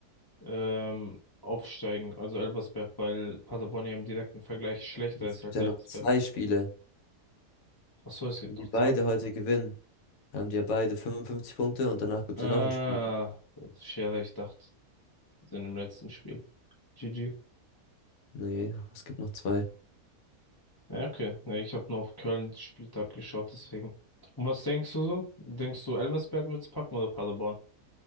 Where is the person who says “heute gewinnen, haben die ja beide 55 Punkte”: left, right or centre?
Left